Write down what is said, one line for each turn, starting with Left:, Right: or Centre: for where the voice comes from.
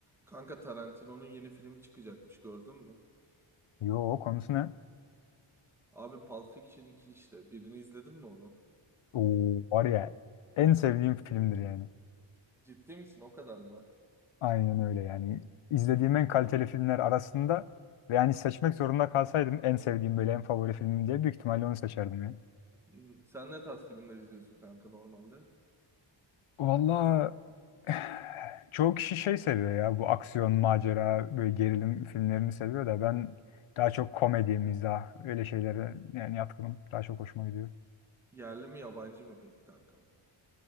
Centre: Kanka Tarantino'nun yeni filmi çıkacakmış gördün mü?
Left: Yo konusu ne?
Centre: Abi Pulp Fiction 2 işte. Birini izledin mi onun?
Left: Oo, var ya en sevdiğim filmdir yani.
Centre: Ciddi misin? O kadar mı?
Left: Aynen öyle yani. İzlediğim en kaliteli filmler arasında ve yani seçmek zorunda kalsaydım en sevdiğim böyle en favori filmim diye büyük ihtimalle onu seçerdim ya.
Centre: Hmm, Sen ne tarz filmler izliyorsun kanka normalde?
Left: Valla <sighs> çoğu kişi şey seviyor ya bu aksiyon, macera, böyle gerilim filmlerini seviyor da ben daha çok komedi, mizah öyle şeylere yani yatkınım. Daha çok hoşuma gidiyor.
Centre: Yerli mi yabancı mı peki kanka?